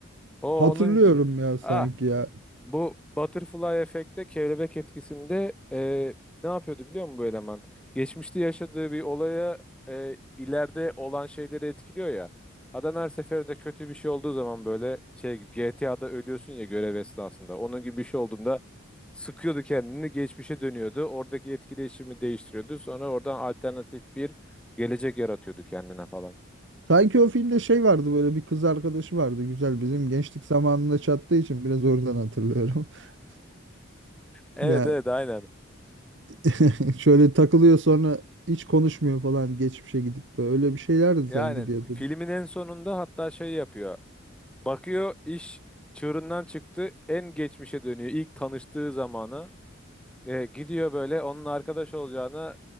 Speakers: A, in the centre; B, on the right.
A: o
B: Hatırlıyorum
A: onun gibi.
B: ya sanki
A: Ah,
B: ya.
A: Bu butterfly efekte, kelebek etkisinde e, ne yapıyordu biliyor musun bu eleman? Geçmişte yaşadığı bir olaya e, ileride olan şeyleri etkiliyor ya. Adam her seferinde kötü bir şey olduğu zaman böyle şey gibi GTA'da ölüyorsun ya görev esnasında. Onun gibi bir şey olduğunda sıkıyordu kendini, geçmişe dönüyordu. Oradaki etkileşimi değiştiriyordu. Sonra oradan alternatif bir gelecek yaratıyordu kendine falan.
B: Sanki o filmde şey vardı böyle bir kız arkadaşı vardı güzel bizim gençlik zamanında çattığı için biraz oradan hatırlıyorum. <laughs>
A: Evet
B: Ya
A: evet aynen.
B: <laughs> şöyle takılıyor sonra hiç konuşmuyor falan geçmişe gidip böyle bir şeylerdi
A: Yani
B: sanki diye. hatırlıyorum.
A: filmin en sonunda hatta şey yapıyor. Bakıyor iş çığırından çıktı en geçmişe dönüyor ilk tanıştığı zamana E, gidiyor böyle onun arkadaş olacağına